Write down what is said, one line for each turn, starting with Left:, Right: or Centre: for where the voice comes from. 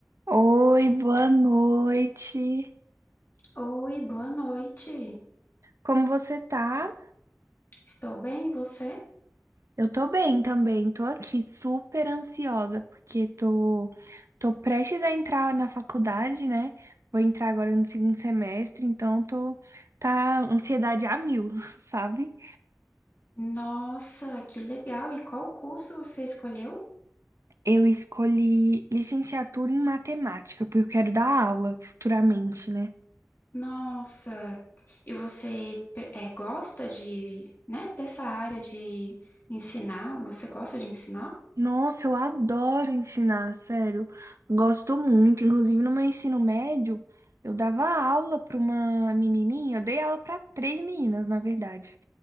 Right: Oi, boa noite.
Left: Oi, boa noite.
Right: Como você tá?
Left: Estou bem, e você?
Right: Eu tô bem também, tô aqui super ansiosa porque tô tô prestes a entrar na faculdade, né? Vou entrar agora no segundo semestre, então tô tá ansiedade a mil, <laughs> sabe?
Left: Nossa, que legal! E qual curso você escolheu?
Right: Eu escolhi licenciatura em matemática porque eu quero dar aula futuramente, né?
Left: Nossa, e você é gosta de, né, dessa área de ensinar? Você gosta de ensinar?
Right: Nossa, eu adoro ensinar, sério. Gosto muito. Inclusive, no meu ensino médio, eu dava aula para uma menininha. Eu dei aula para três meninas, na verdade.